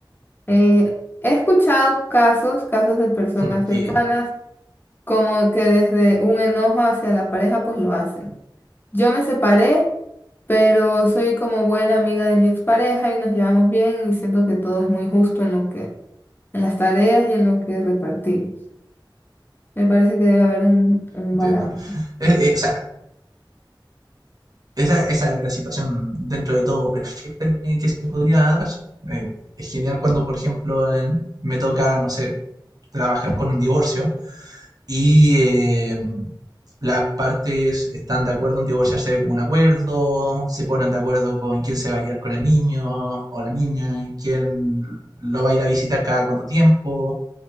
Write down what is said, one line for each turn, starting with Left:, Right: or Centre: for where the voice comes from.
Left: Eh, he escuchado casos, casos de personas
Right: porque
Left: cercanas como que desde un enojo hacia la pareja, pues lo hacen. Yo me separé, pero soy como buena amiga de mi expareja y nos llevamos bien y siento que todo es muy justo en lo que, en las tareas y en lo que repartimos. Me parece que debe haber un, un
Right: entiendo.
Left: balance.
Right: Eh, eh, o sea, esa, esa es la situación dentro de todo perfecta que, que se podría dar. Eh, es genial cuando, por ejemplo, en- me toca, no sé, trabajar con un divorcio y eh, las partes están de acuerdo en divorciarse como un acuerdo, se ponen de acuerdo con quién se va a quedar con el niño o la niña, quién lo va a ir a visitar cada cuánto tiempo,